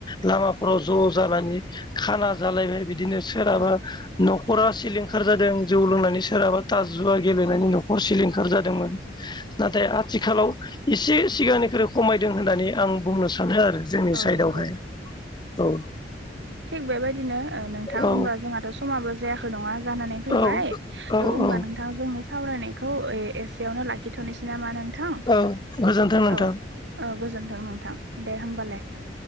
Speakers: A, on the left; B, on the right.
A: लामाफोराव ज' जानानै खाना जालायबाय बिदिनो सोरहाबा
B: औ
A: न'खरा सिलिंखार जादों जौ लोंनानै सोरहाबा थाज जुवा गेलेनानै न'खर सिलिंखार जादों दोंमोन नाथाय आथिखालाव एसे सिगांनिख्रुइ खमायदों होननानै आं बुंनो सान सानो आरो जोंनि
B: औ
A: साइदआवहाय
B: नंगौ
A: औ
B: थिग बेबायदिनो अ नोंथां होमबा
A: औ
B: जोंहाथ' स समाबो जायाखै नङा जानानै फैबाय
A: औ
B: त'
A: औ
B: होमबा
A: औ
B: नोंथां जोंनि सावरायनाय खौ एसेयावनो लाखिथ'नोसै नामा नों थां
A: औ गोजोन्थों नोंथां
B: औ औ गोजोनथों नोंथां दे होमबालाय।